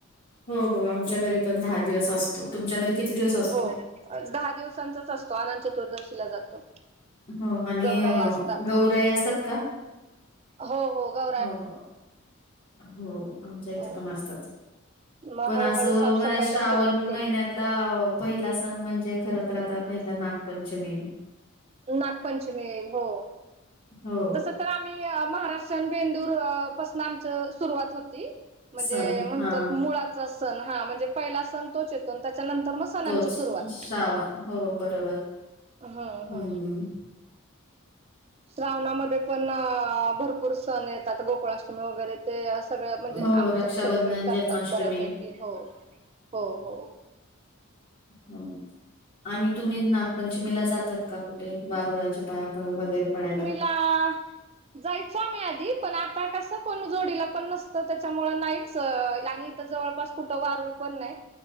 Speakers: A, on the left; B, on the right.
A: हो हो आमच्या
B: इथं
A: घरी पण दहा दिवस असतो तुमच्या घरी किती दिवस असतो
B: हो दहा दिवसांचाच असतो आनंद चतुर्दशीला जातो.
A: हो आणि
B: गौराया असतात
A: गौराई असतात का?
B: हो हो ग
A: हो का हो आमच्या इथं
B: हो
A: पण असतात.
B: मग
A: पण
B: हळूहळू
A: असं
B: साफसफाईला
A: म्हण श्रावण
B: सुरुवात केली
A: महिन्यात पहिला सण म्हणजे खर तर आता पहिला नागपंचमी.
B: नागपंचमी हो.
A: हो
B: तस तर आम्ही महाराष्ट्र आणि बेंदूर पासून आमच सुरुवात होती. म्हणजे
A: सण
B: म्हणतात
A: हा
B: मुळाचा सण हा म्हणजे पहिला सण तोच येतो त्याच्यानंतर मग सणांची
A: तोच
B: सुरुवात
A: श्रावण हो बरोबर
B: ह ह
A: हम्म.
B: श्रावणामध्ये पण भरपूर सण येतात गोकुळाष्टमी वगैरे ते सगळं म्हणजे
A: हो
B: आमच्यात
A: रक्षाबंधन
B: सेलिब्रेट करतात
A: जन्माष्टमी
B: बऱ्यापैकी हो हो हो.
A: हम्म. आणि तुम्ही नागपंचमीला जातात का कुठे? वारुळाच्या पायापळ वगैरे पडायला.
B: <unintelligible> जायचो आम्ही आधी पण आता कसं कोण जोडीला पण नसतं त्याच्यामुळ नाहीच आणि जवळपास कुठे वारूळ पण नाही